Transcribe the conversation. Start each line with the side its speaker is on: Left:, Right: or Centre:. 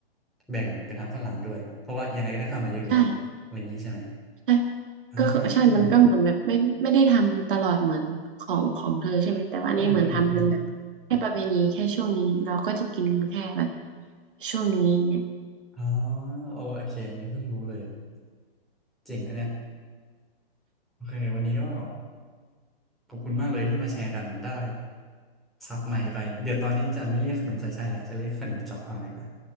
Centre: แบ่งเป็นทางฝรั่งลามด้วย เพราะว่ายังไงก็ได้เข้ามาเยอะอยู่แล้ว
Right: ใช่
Centre: อะไรอย่างนี้ใช่ไหม
Right: ใช่
Centre: อ่า
Right: ก็คือใช่ มันก็เหมือนแบบไม่ไม่ได้ทำตลอดเหมือนของของเธอใช่ไหมแต่ว่าอันนี่เหมือนทำเป็นแบบแค่ประเพณีแค่ช่วงนี้เราก็จะกินกันแค่แบบ
Centre: อืมอืมอืม
Right: ช่วงนี้เนี่ย
Centre: อ๋อโอโอเคอันนี้เพิ่งรู้เลยเจ๋งนะเนี่ยโอเควันนี้ก็ขอบคุณมากเลยที่มาแชร์กันได้ศัพท์ใหม่ไป เดี๋ยวตอนนี้จะไม่เรียกขนมใส่ไส้แล้ว จะเรียกขนมจอกเอาเลยดีกว่า